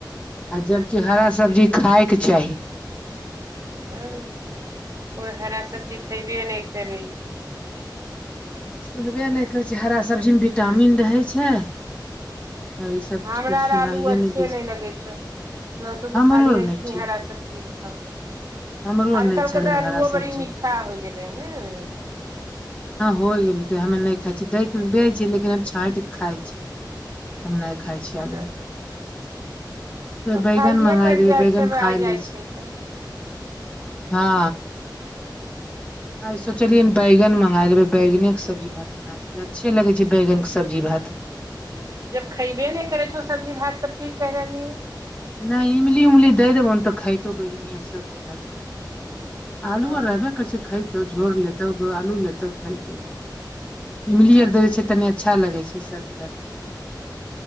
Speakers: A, on the left; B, on the right.
A: आ जबकि हरा सब्जी खायके चाही।
B: तब कोइ हरा सब्जी खयबे नहि करे
A: सुनबे नहि करै छै हरा सब्जी मे विटामिन रहै छै। ई सबके
B: हमरा
A: सुनाइए
B: आर आलू अच्छे
A: दै छै
B: नहि लगै छै लतो कऽ
A: हमरो
B: खाली
A: आर नहि
B: ऐसी
A: ठीक
B: हैरा सभ चीज। ह
A: हमरो आर
B: आजकल
A: नहि अच्छा
B: के तऽ
A: लगे
B: आल्लुओ
A: हरा सब्जी
B: बड़ी मीठा होइ गेलै ह ने
A: हो गेल त हमे नहि खाइ छै देख के बे छै लेकिन हम छाँटिक के खाय छी।
B: <inaudible>
A: हम नहि खाय छियै आलू।
B: तब
A: बैगन
B: खाइए
A: मंगा
B: पड़ि
A: देबै
B: जाइ
A: बैगन
B: छै आ
A: खाय
B: जाइ
A: ले छै
B: तऽ
A: हँ। सोचलियै बैगन मंगा ले बैगने के सब्जी भात। अच्छे लगै छै बैगने सब्जी भात
B: जब खयबे नहि करै छौ सब्जी भात त फिर कहि रहलियै।
A: नहि इमली उमली दे देबौन तऽ खाइतो बैगनिय सब्जी भात आलू
B: ओ
A: आर रहबे कैस खाय तौ झोर लेतौ आलू लेतौ खाय त
B: <inaudible>
A: इमली आर
B: अच्छा
A: दै छै तनि अच्छा लगै छै सब्जी भात खाइमे।